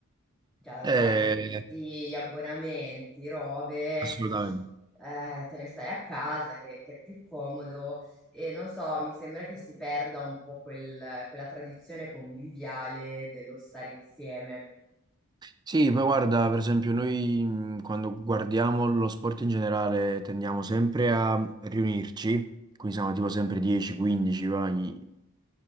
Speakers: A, in the centre; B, on the right (about 20°).
A: Cioè ormai
B: Eh,
A: con tutti gli abbonamenti, robe,
B: assolutamente.
A: eh, te ne stai a casa che, che è più comodo e non so, mi sembra che si perda un po' quel- quella tradizione conviviale dello stare insieme.
B: Sì, poi guarda, per esempio, noi mh, quando guardiamo lo sport in generale tendiamo sempre a riunirci, quindi siamo tipo sempre 10, 15, vai.